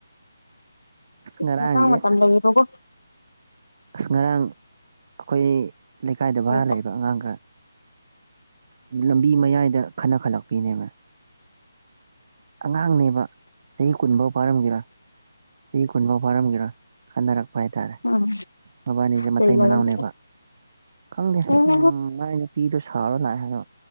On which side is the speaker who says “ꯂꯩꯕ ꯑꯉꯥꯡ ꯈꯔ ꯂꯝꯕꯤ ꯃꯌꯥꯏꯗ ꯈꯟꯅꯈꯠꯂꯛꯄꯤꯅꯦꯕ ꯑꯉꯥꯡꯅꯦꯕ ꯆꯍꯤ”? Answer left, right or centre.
Right